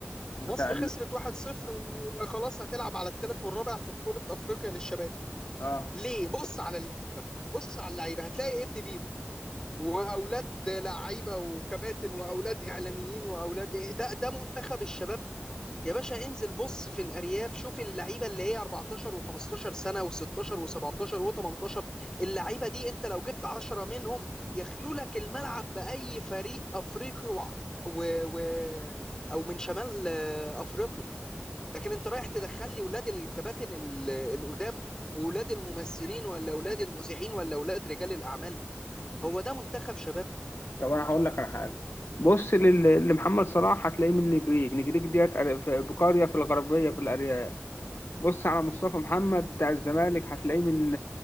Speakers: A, on the left (about 70°); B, on the left (about 15°).
A: بتاع
B: مصر
A: ال...
B: خسرت 1-0 وخلاص هتلعب على الثالث والرابع في بطولة أفريقيا للشباب
A: اه
B: ليه؟ بص على اللعيبة بص على اللعيبة هتلاقي ابن بيبو وأولاد لعيبة وكباتن وأولاد إعلاميين وأولاد إيه ده ده منتخب الشباب يا باشا انزل بص في الأرياف شوف اللعيبة اللي هي 14 و15 سنة و16 و17 و18 اللعيبة دي أنت لو جبت 10 منهم يخلو لك الملعب بأي فريق أفريقي و... و... و... أو من شمال آه، أفريقيا لكن انت رايح تدخل لي ولاد الكباتن ال- القدام واولاد الممثلين ولا اولاد المذيعين ولا اولاد رجال الاعمال هو ده منتخب شباب
A: طب انا هقول لك على حاجه بص لل... لمحمد صلاح هتلاقيه من نجريج نجريج ديت آه، في- بقريه في الغربيه في الأري... بص على مصطفى محمد بتاع الزمالك هتلاقيه من